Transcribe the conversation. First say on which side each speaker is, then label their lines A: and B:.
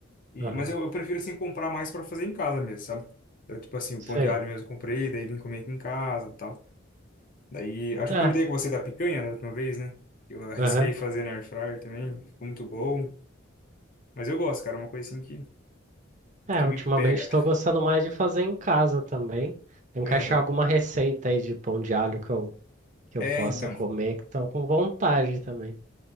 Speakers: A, on the left; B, on the right.
A: E,
B: Aham,
A: mas eu, eu prefiro, assim, comprar mais pra fazer em casa mesmo, sabe? Então, tipo assim, o
B: sei.
A: pão de alho mesmo eu comprei, daí vim comer aqui em casa tal. Daí, acho
B: É,
A: que eu comentei com você da picanha né, da última vez, né? Eu arrisquei
B: aham.
A: fazer na air fryer também, ficou muito bom. Mas eu gosto, cara, é uma coisa assim que,
B: É,
A: que
B: ultimamente
A: me pega.
B: estou gostando mais de fazer em casa também. Tenho
A: Aham.
B: que achar alguma receita aí de pão de alho que eu, que
A: É,
B: eu possa
A: então.
B: comer, que estão com vontade também.